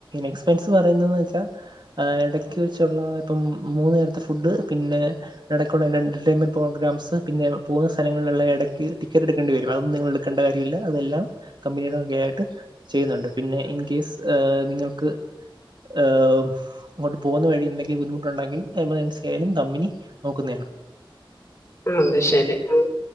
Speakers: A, on the right (about 55°); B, on the left (about 35°).
A: എക്സ്പെൻസ് പറയുന്നതെന്ന് വെച്ചാൽ ആ ഇടക്ക് വെച്ചുള്ള ഇപ്പം മൂന്ന് നേരത്തെ ഫുഡ് പിന്നെ ഇടയ്ക്കുള്ള എന്റെ എന്റർടൈൻമെന്റ് പ്രോഗ്രാംസ് പിന്നെ പോകുന്ന സ്ഥലങ്ങളിലുള്ള ഇടയ്ക്ക് ടിക്കറ്റ് എടുക്കേണ്ടി വരും അതൊന്നും നിങ്ങൾ എടുക്കേണ്ട കാര്യമില്ല അതെല്ലാം കമ്പനിയുടെ വക ആയിട്ട് ചെയ്യുന്നുണ്ട് പിന്നെ ഇൻ കേസ് നിങ്ങൾക്ക് ആഹ അങ്ങോട്ട് പോകുന്ന വഴി എന്തെങ്കി ബുദ്ധിമുട്ടുണ്ടെങ്കിൽ എമർജൻസി ആയാലും കമ്പനി നോക്കുന്നതാണ്
B: ആ അതെ ശരി ആ